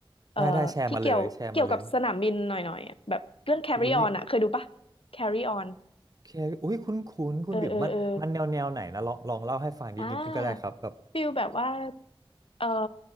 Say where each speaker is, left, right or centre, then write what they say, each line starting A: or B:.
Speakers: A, on the left (about 80°); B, on the right (about 40°).
A: เอ่อที่เกี่ยวเกี่ยวกับสนามบินหน่อยๆอะแบบเรื่อง
B: ได้ได้แชร์มาเลยแชร์มาเลย
A: Carry
B: อุ้ย
A: On อะเคยดูปะ Carry On
B: แคอุ้ยคุ้นคุ้นคุณบิ่มมันมันแนวแนวไหนนะลองลองเล่าให้ฟังนิดนิดก็ได้ครับแบบ
A: เออเออเอออ่าฟิลแบบว่า เออ